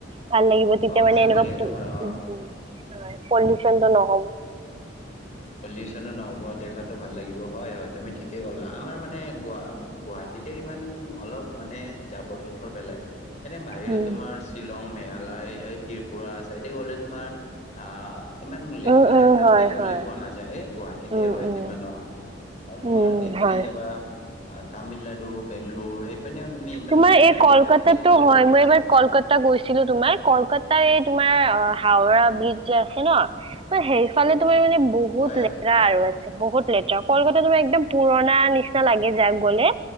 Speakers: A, on the right (about 30°); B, on the left (about 35°).
A: ভাল লাগিব তেতিয়া
B: অ
A: মানে
B: ভাল
A: এনেকুৱা
B: লাগে
A: <unintelligible>
B: তোমাৰ অ
A: হয়, পল্যুচনটো নহ
B: পলিউচনো নহব দেখাতটো ভাল লাগিব হয়, হয় তুমি ঠিকে ক'লা। আমাৰ মানে গ-গুৱাহাটীতে ইমান অলপ মানে জাবৰ জোথৰ পেলাই এনে বাহিৰত
A: উম
B: তোমাৰ শ্বিলং মেঘালয় এই ত্ৰিপুৰা চাইডে গ'লে তোমাৰ আহ ইমান
A: উম
B: দেখ
A: উম হয়
B: দেখিবলৈ
A: হয়
B: পোৱা নাযায় এ গুৱাহাটীতে
A: উম
B: হয়
A: উম
B: যিমান নহয়। আৰু তোমাৰ
A: উম
B: এইপিনে
A: হয়
B: যাবা তামিলনাডু বেংগলোৰ সেই তুমি ইমান
A: তোমাৰ
B: এই
A: কলকাতাতো
B: দেখা দেখিবলৈ
A: হয়
B: পোৱা
A: মই
B: নাযায়।
A: এবাৰ কলকাতা গৈছিলো তোমাৰ কলকাতাৰ এই তোমাৰ অ', হাওৰা
B: উম
A: ব্ৰিজ আছে ন' ম সেইফালে তোমাৰ মানে বহুত
B: হয় হয়
A: লেতেৰা আৰু বহুত লেতেৰা কলকাত তুমাৰ একদম পুৰণা নিচিনা লাগে যাক গ'লে